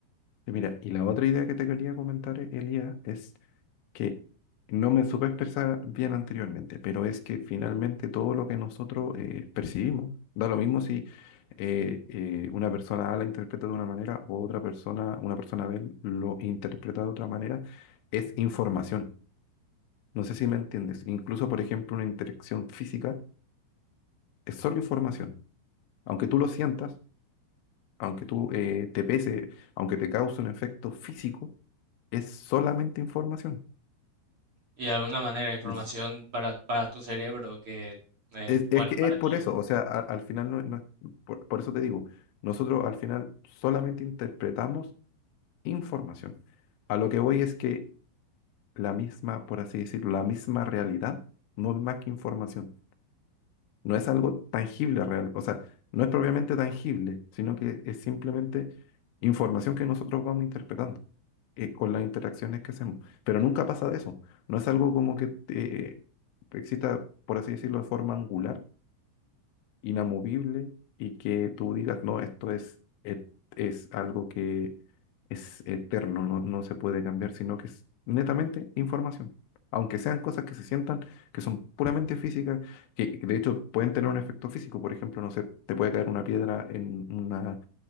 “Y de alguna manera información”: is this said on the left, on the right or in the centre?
Right